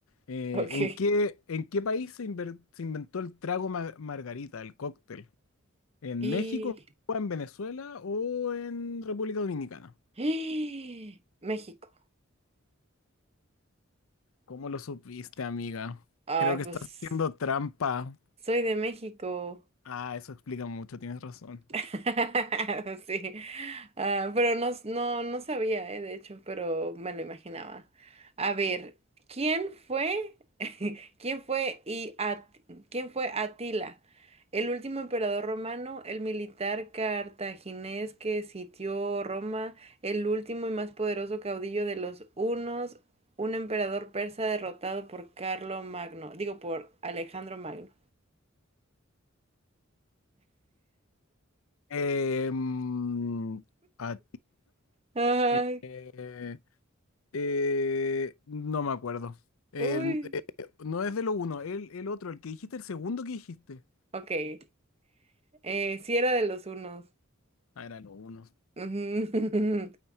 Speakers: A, on the left; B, on the right.
A: eh,
B: ok.
A: ¿en qué, en qué país se, inver- se inventó el trago ma- margarita, el cóctel? ¿En
B: Y
A: México, o en Venezuela o en República Dominicana?
B: <gasps> México.
A: ¿Cómo lo supiste, amiga?
B: Ay,
A: Creo que
B: pues
A: estás haciendo trampa.
B: soy de México.
A: Ah, eso explica mucho, tienes razón.
B: <laughs> Sí, Ah, pero no, no, no sabía, eh, de hecho, pero me lo imaginaba. A ver, ¿quién fue, <laughs> quién fue y At- quién fue Atila, el último emperador romano, el militar cartaginés que sitió Roma, el último y más poderoso caudillo de los hunos, un emperador persa derrotado por Carlo Magno, digo por Alejandro Magno.
A: Em, a
B: Ay,
A: Eh, eh, eh, no me acuerdo. El-
B: uy,
A: eh, no es de lo uno, el, el otro, el que dijiste, el segundo que dijiste.
B: ok. Eh, sí era de los unos.
A: Ah, era lo uno.
B: Ujú.